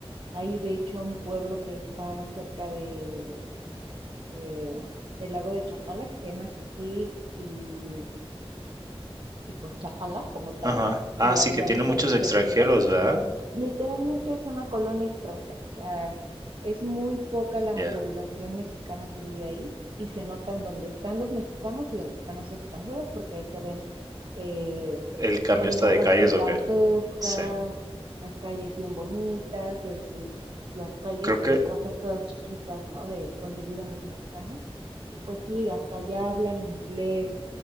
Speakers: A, on the right (about 55°); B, on the right (about 40°).
A: Hay de hecho un pueblo que está cerca de, eh, del lago de Chapala que se llama Jijic y, y pues Chapala como tal.
B: Ajá. Ah,
A: Y
B: sí,
A: hay
B: que
A: varios
B: tiene muchos
A: ahí
B: extranjeros,
A: cerquitas
B: ¿verdad?
A: Literalmente es una colonia extranjera, o sea, es muy poca la
B: Ya.
A: población mexicana que vive ahí y se notan dónde están los mexicanos y dónde están los extranjeros porque ahí se ven eh,
B: ¿El cambio
A: pues
B: está
A: casas
B: de calles
A: gigantescas,
B: o qué? Sí.
A: las calles bien bonitas versus las calles
B: Creo
A: y
B: que
A: las casas todas chiquitas, ¿no? De donde viven los mexicanos. Y pues sí, hasta allá hablan inglés,